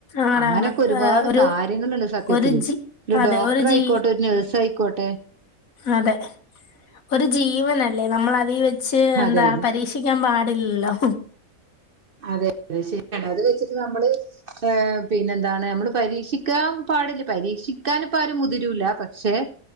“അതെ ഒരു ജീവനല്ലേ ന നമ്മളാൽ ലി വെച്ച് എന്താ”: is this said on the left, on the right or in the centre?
Left